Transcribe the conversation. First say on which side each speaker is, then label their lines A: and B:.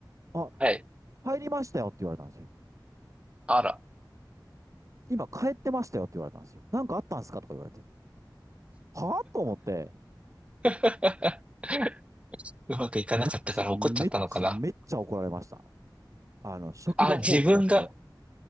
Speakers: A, on the right (about 40°); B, on the right (about 15°).
A: あ、
B: はい。
A: 帰りましたよって言われたんですよ。
B: あら。
A: 今帰ってましたよって言われたんですよ。なんかあったんですかとか言われて。はぁと思って、
B: <laughs> うまくいかなかったから怒っちゃったのかな。
A: めっちゃ、めっちゃ、めっちゃ怒られました。あの、職場放棄だって
B: あ、自分が、